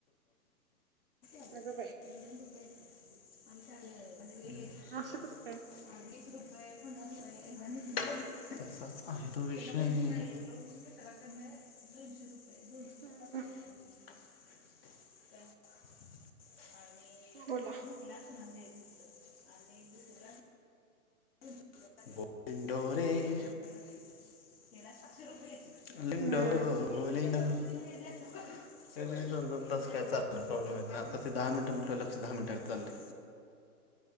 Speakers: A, on the left; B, on the right.
A: <unintelligible> <unintelligible>
B: अग बाई!
A: <inaudible>
B: असं कसं काय
A: <unintelligible> <unintelligible> दोनशे रुपये. दोनशे का पाचशे
B: हम्म
A: रुपे <unintelligible> आणि
B: बोला.
A: <unintelligible> <inaudible> <inaudible>
B: हम्म <inaudible>
A: एरवी दोन -दोन तास काय <unintelligible> प्रॉब्लेम येत नाही, आता ते दहा मिनटं म्हटल्यावर लक्ष दहा मिनिटागत चालली.